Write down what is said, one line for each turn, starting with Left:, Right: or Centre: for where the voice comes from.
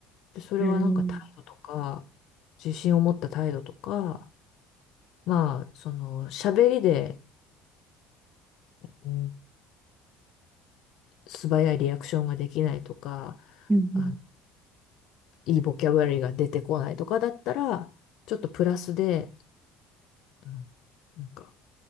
Left: で、それはなんか態度とか、
Right: うーん。
Left: 自信を持った態度とか、まあ、その喋りで、うん、素早いリアクションができないとか、
Right: うん。
Left: あ、いいボキャブラリーが出てこないとかだったら、ちょっとプラスで、うんなんか